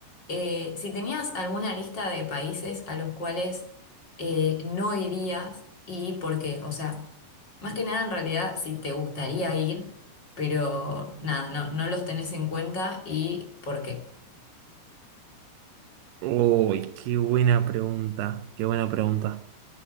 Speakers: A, on the left; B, on the right.
A: eh, si tenías alguna lista de países a los cuales eh, no irías y por qué. O sea, más que nada en realidad si te gustaría ir, pero nada, no, no los tenés en cuenta y por qué.
B: Uy, qué buena pregunta, qué buena pregunta.